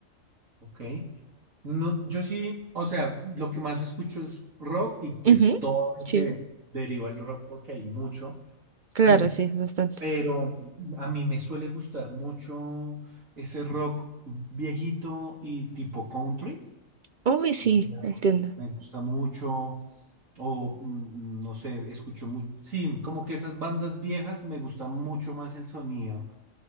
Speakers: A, on the right; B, on the right.
A: Ok. No, yo sí, o sea, lo que más escucho es rock y pues
B: Ujú,
A: todo lo que
B: Sí,
A: deriva el rock porque hay mucho.
B: claro,
A: <laughs>
B: sí, es bastante.
A: Pero a mí me suele gustar mucho ese rock viejito y tipo country.
B: Uy, sí,
A: de-
B: entiendo.
A: Me gusta mucho. O mm, no sé, escucho mucho. Sí, como que esas bandas viejas me gusta mucho más el sonido